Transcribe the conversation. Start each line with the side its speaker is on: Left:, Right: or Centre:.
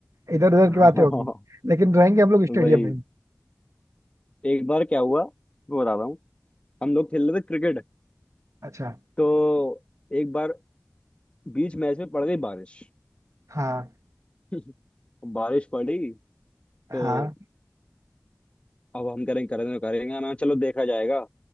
Right: इधर उधर
Left: हाँ,
Right: की बातें होगी लेकिन रहेंगे हम लोग स्टेडियम
Left: वही
Right: में ही
Left: एक बार क्या हुआ वो बता रहा हूँ हम लोग खेल रहे थे क्रिकेट
Right: अच्छा
Left: तो एक बार बीच मैच में पड़ गई बारिश
Right: हाँ
Left: <laughs> बारिश पड़ी तो
Right: हाँ
Left: अब हम करेंगे करेंगे करेंगे ना चलो देखा जाएगा